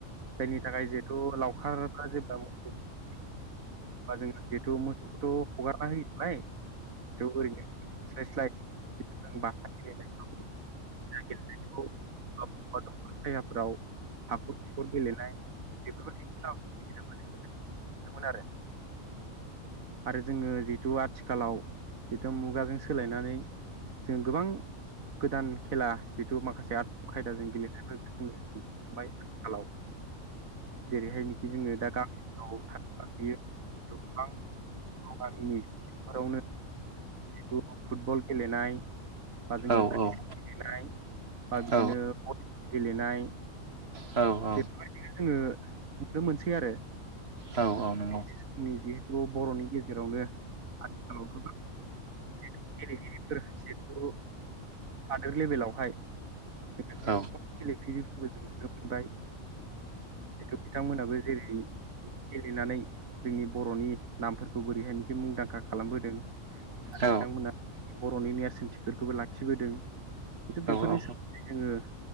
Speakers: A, on the right; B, on the right.
A: जायनि थाखाय जिहेथु लावखारफ्रा जेब्ला मोसौ गुमो अब्ला जोंहा जेथु मोसौखौथ' हगारना होयोमोन नालाय ओरैनोलाय थास्लाय स्लाय बाथा गेलेयोमोन खेला गेलेनायखौ दंफां सायाफोराव हाखर खिखर गेलेनाय बेफोरबायदि <unintelligible> आरो आरो जोङो जिहेतु आथिखालाव जिथु मुगाजों सोलायनानै जोङो गोबां गोदान खेला जितु माखासे आदब खायदाजों गेलेनायफोरखौ जोङो नुबोबाय आथिखालाव जेरैहायनोखि जोङो दा गामियाव थाङोल्बा नुयो <unintelligible> गोबां गाव गामिनि फोथारावनो जिथु फुटबल गेलेनाय बा जोङो
B: औ
A: क्रिकेट
B: औ औ
A: गेलेनाय बा बिदिनो
B: औ
A: भलिबल गेलेनाय
B: औ औ
A: बेफोरबायदिनो जोङो नुनो मोनसै आरो <unintelligible>
B: औ
A: जोंनि
B: औ नंगौ
A: जिहेथु बर'नि गेजेरावनो आथिखालाव गोबां गेलेगिरिफोर जिहेथु हादोर लेभेलावहाय <unintelligible>
B: औ
A: गोबां गेलेगिरिफोरबो जों नुनो मोनबाय जेथु बिथांमोनाबो जेरै गेलेनानै जोंनि बर'नि नामफोरखौ बोरैहायनोखि मुंदांखा खालामबोदों आरो
B: औ
A: बिथांमोना बर'नि नेर्सोनथिफोरखौबो लाखिबोदों खिन्थु बेफोरनि
B: औ
A: सोमोन्दै जोङो